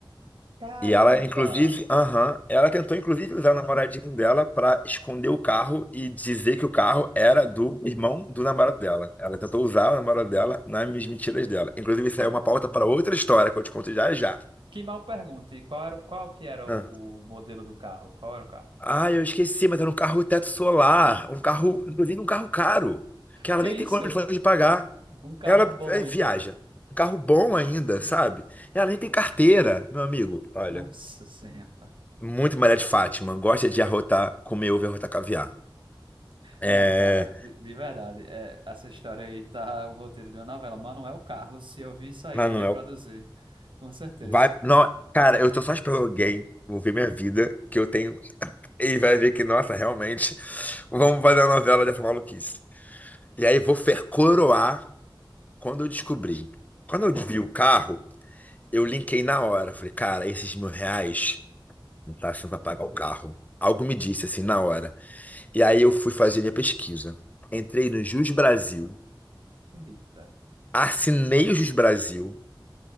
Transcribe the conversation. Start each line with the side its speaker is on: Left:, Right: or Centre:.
Right: Caramba!
Left: E ela, inclusive, aham, ela tentou, inclusive, usar o namoradinho dela para esconder o carro e dizer que o carro era do irmão do namorado dela. Ela tentou usar o namorado dela nas mentiras dela. Inclusive, isso
Right: Que,
Left: aí é uma pauta para outra história que eu te conto já já.
Right: que mal pergunta. E qual era, o- qual que era
Left: Ah,
Right: o, o modelo do carro? Qual era o carro?
Left: Ah, eu esqueci, mas era um carro teto solar. Um carro, inclusive, um carro caro, que ela
Right: Que
Left: nem
Right: isso?
Left: tem condições de pagar.
Right: Um carro
Left: Ela
Right: bom,
Left: eh,
Right: então.
Left: viaja. Um carro bom ainda, sabe? Ela nem tem carteira, meu amigo. Olha,
Right: Nossa Senhora.
Left: muito Maria de Fátima. Gosta de arrotar, comer ovo e arrotar caviar. É,
Right: Não, cara, de, de verdade, é, essa história aí tá o roteiro de uma novela. Manuel Carlos, se eu vi isso aí,
Left: Manuel,
Right: vai produzir, com certeza.
Left: vai. Não, cara, eu tô só esperando alguém. Vou ver minha vida, que eu tenho. E vai ver que, nossa, realmente, vamos fazer a novela dessa maluquice. E aí vou fer coroar quando eu descobri. Quando eu vi o carro, eu linkei na hora. Falei, cara, esses mil reais não tá achando pra pagar o carro. Algo me disse assim na hora. E aí eu fui fazer minha pesquisa. Entrei no Jus Brasil,
Right: Eita,
Left: assinei o Jus Brasil